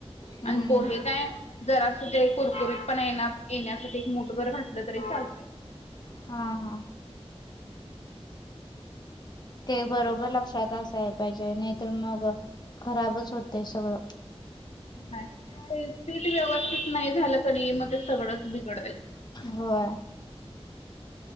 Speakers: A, on the left (about 40°); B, on the left (about 85°).
A: हम्म
B: अनं पोहे काय जरासं ते कुरकुरीत पणा येणा येण्यासाठी एक मुठभर घातलं तरी चालतय
A: हा हा
B: <inaudible>
A: ते बरोबर लक्षात असाय पाहिजे नाहीतर मग खराबच होते सगळं
B: नाही ते सेट व्यवस्थित नाही झालं क नई मग ते सगळंच बिघडतयं
A: होय.